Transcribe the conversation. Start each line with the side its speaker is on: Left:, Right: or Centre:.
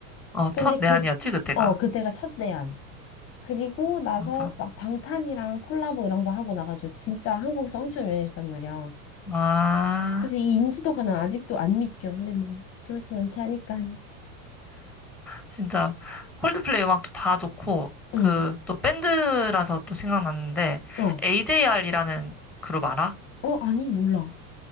Centre: 어,
Left: 근데
Centre: 첫
Left: 그,
Centre: 내한이었지, 그때가.
Left: 어, 그때가 첫 내한. 그리고 나서
Centre: 맞아.
Left: 막 방탄이랑 콜라보 이런 거 하고 나가지고 진짜 한국에서 엄청 유명해졌단 말이야.
Centre: 아.
Left: 그래서 이 인지도가 난 아직도 안 믿겨. 근데 뭐, 좀 있으면 은퇴하니까.
Centre: 진짜 콜드플레이 음악도 다 좋고 그
Left: 응.
Centre: 또 밴드라서 또 생각났는데
Left: 어.
Centre: AJR이라는 그룹 알아?
Left: 어, 아니, 몰라.